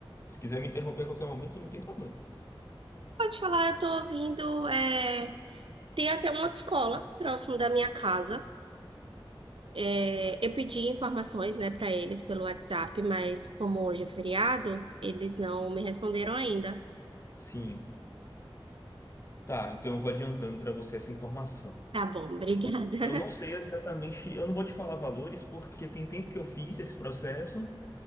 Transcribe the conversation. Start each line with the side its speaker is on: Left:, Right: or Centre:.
Left: Se quiser me interromper a qualquer momento, não tem problema.
Right: Pode falar, eu tô ouvindo. é, Tem até uma autoescola próximo da minha casa. É, eu pedi informações, né, para eles pelo WhatsApp, mas como hoje é feriado, eles não me responderam ainda.
Left: Sim. Tá, então eu vou adiantando para você essa informação.
Right: Tá bom, obrigada.
Left: O- Eu não
Right: <laughs>
Left: sei exatamente, eu não vou te falar valores porque tem tempo que eu fiz esse processo